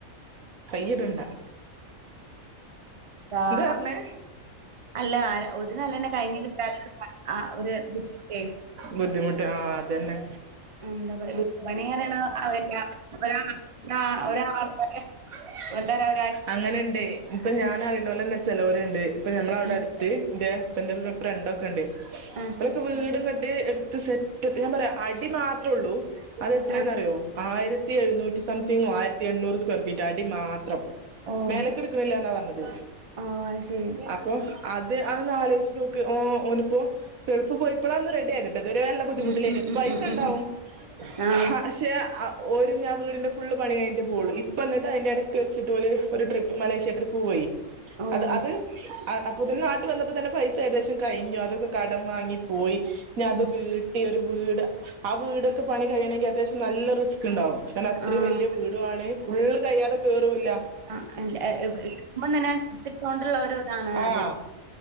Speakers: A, on the right; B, on the right.
A: കയ്യ് ഇടണ്ട
B: ആഹ്
A: പറഞ്ഞേ
B: അല്ല ഒ ര് നെലെന്നെ കഴിഞ്ഞ് കിട്ടാല്ലൊരു പണി ആഹ് ഒര് ബുദ്ധിമുട്ടേ
A: ബുദ്ധിമുട്ട് ആഹ് അതന്നെ
B: എന്താ പറയാ വീട്പണി ങ്ങാനേണ് അകല്ല്യാ <unintelligible> ഒരാ ഒരാൾ ഒരാൾക്കാരെ <unintelligible> ന്താ രാ ഒര്
A: അങ്ങനെണ്ട് ഇപ്പൊ ഞാനറിണോലെന്നെ ചെലോര്ണ്ട് ഇപ്പ ഞമ്മളവ്ടെ
B: ഉം
A: അടുത്ത് ന്റെ ഹസ്ബൻന്റിന്റെ ഫ്രണ്ടൊക്കെ ഇണ്ട്
B: ആഹ്
A: പ്പോലൊക്കെ വീട്ങ്ങട്ട് ഏഹ് എടുത്ത് സെറ്റപ്പ് ഞാൻ പറയാ അടി മാത്രേ ഒള്ളൂ അത് എത്രേന്നറിയോ
B: ആഹ്
A: ആയിര ത്തി എഴുന്നൂറ്റി സംതിങ്ങോ ആയിരത്തി എണ്ണൂറ് സ്ക്വയർ ഫീറ്റോ അടി മാത്രം
B: ഓഹ്
A: മേലക്ക് ഇട്ക്ക്‌ണില്ലാന്നാ പറഞ്ഞത്
B: ഓഹ് അത് ശരി.
A: അ പ്പൊ അത് അതൊന്നാലോയ്ച്ച് നോക്ക് ഓ ഓന് പ്പോ ഗൾഫ് പോയിപ്പളാ ഒന്ന് റെഡിയായത്ട്ടോ ഇതുവരെ നല്ല ബുദ്ധിമുട്ടിലേയ്നി
B: ഉം ഉം
A: ഇപ്പ
B: ഉം
A: പൈസണ്ടാവും
B: ഉം ഉം ഉം ആഹ്
A: ഹ പക്ഷേ അ ഒരുഞാ വീടിന്റെ ഫുള്ള് പണി കഴിഞ്ഞിട്ടേ പോവൊള്ളു ഇപ്പ അന്ന്ട്ട് അയ്ന്റെ എടക്ക് വെച്ച് ഇതുപോലെ ഒരു ട്രിപ്പ് മലേഷ്യ ട്രിപ്പ് പോയി
B: ഓഹ്
A: അത് അത് അ അപ്പ പിന്നെ നാട്ട് വന്നപ്പോ തന്നെ പൈസ ഏകദേശം കഴിഞ്ഞു അതൊക്കെ കടം വാങ്ങി പോയി ഇഞ് അത്
B: ഉം
A: വീ ട്ടി ഒരു വീട് ആഹ് വീടൊക്കെ പണി കഴിയണെങ്കി അത്യാവശ്യം നല്ല റിസ്ക് ഇണ്ടാവും കാരണം അത്രയും
B: ആഹ്
A: വല്യ വീടുവാണ് ഫുള്ള് കഴിയാതെ കേറും ഇല്ലാ
B: ആ അല്ല എ എ ഇടുക്കുമ്പം തന്നെ ഇത്തിട്ടോണ്ടൊള്ളൊരു ഇതാണ്
A: ആഹ്
B: അത്.